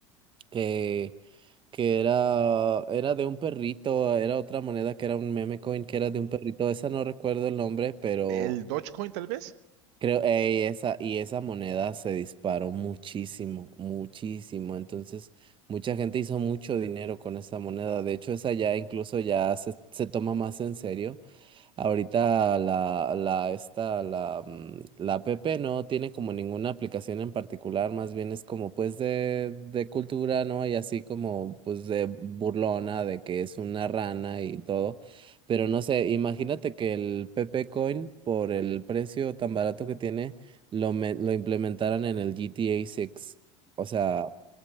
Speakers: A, on the right; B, on the right.
A: que que era, era de un perrito, era otra moneda que era un meme coin que era de un perrito, esa no recuerdo el nombre, pero
B: ¿El Dogecoin tal vez?
A: creo, ey, esa, y esa moneda se disparó muchísimo, muchísimo, entonces mucha gente hizo mucho dinero con esa moneda, de hecho esa ya incluso ya se, se toma más en serio Ahorita la, la, esta, la, mm, la app no tiene como ninguna aplicación en particular, más bien es como pues de, de cultura, ¿no? Y así como pues de burlona, de que es una rana y todo. Pero no sé, imagínate que el Pepe Coin, por el precio tan barato que tiene, lo, me- lo implementaran en el GTA 6. O sea,